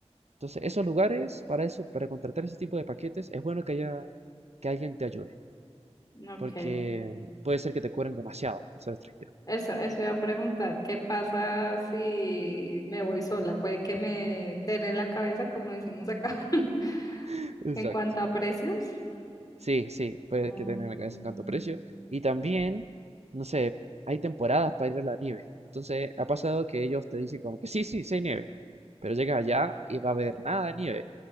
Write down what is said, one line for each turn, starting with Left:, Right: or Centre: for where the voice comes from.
Right: Entonces, esos lugares, para eso, para contratar ese tipo de paquetes, es bueno que haya, que alguien te ayude,
Left: Ok,
Right: porque puede ser que te cobren demasiado por ser extranjero.
Left: eso, eso iba a preguntar, ¿qué pasa si me voy sola? Puede que me den en la cabeza, como decimos acá, <laughs>
Right: <laughs> Exacto.
Left: en cuanto a precios.
Right: Sí, sí, puede
Left: Mm.
Right: que tener en la cabeza cuánto precio. Y también, no sé, hay temporadas para ir a la nieve. Entonces, ha pasado que ellos te dicen como que sí, sí, sí hay nieve. Pero llegas allá y va a haber nada de nieve.